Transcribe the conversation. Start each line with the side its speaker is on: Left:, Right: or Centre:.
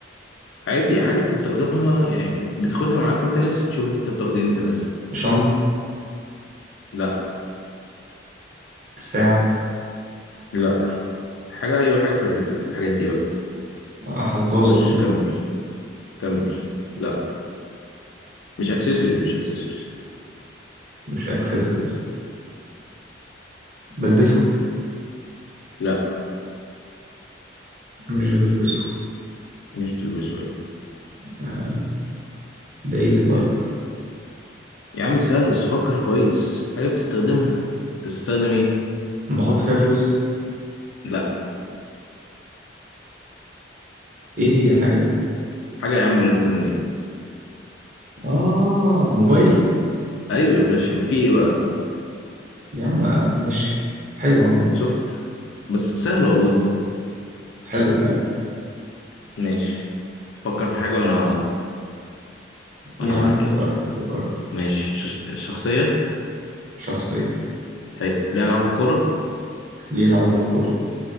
Left: عادي حاجة بتستخدمها يعني بتاخدها معاك وانت نازل تشوف انت بتاخد ايه انت نازل
Right: الشنطة
Left: لا
Right: الساعة
Left: لا حاجة ايوه حاجة في ال- في الحاجات دي بقى
Right: آه، حظاظة
Left: خش
Right: ولا
Left: كمل
Right: إيه
Left: كمل لا مش اكسسوارز مش اكسسوارز
Right: مش أكسسوارز بلبسه
Left: لا
Right: مش بلبسه
Left: مش بتلبسه يعني
Right: آه، ده ايه ده طيب
Left: يا عم سهلة بس فكر كويس حاجة بتستخدمها انت بتستخدم ايه
Right: بحط فيها فلوس
Left: لا
Right: ايه هي الحاجة دي
Left: حاجة يا عم الكترونية
Right: اه موبايل
Left: ايوه يا باشا وفي ايه بقى
Right: طب يا عم آه، ماشي حلو عامة
Left: شفت بس سهلة والله
Right: حلو حلو
Left: ماشي فكر في حاجة وانا
Right: يا
Left: وانا معاك
Right: عم فكرت
Left: يلا
Right: فكرت
Left: ماشي شخص- شخصية
Right: شخصية
Left: حلو ليه علاقة بالكورة
Right: ليها علاقة بالكورة